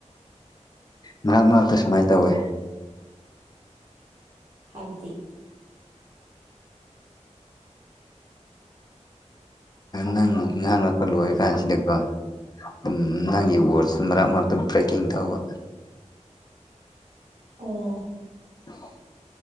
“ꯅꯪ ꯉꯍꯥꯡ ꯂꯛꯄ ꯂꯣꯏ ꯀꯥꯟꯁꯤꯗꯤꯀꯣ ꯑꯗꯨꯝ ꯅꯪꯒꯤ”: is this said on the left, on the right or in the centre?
Left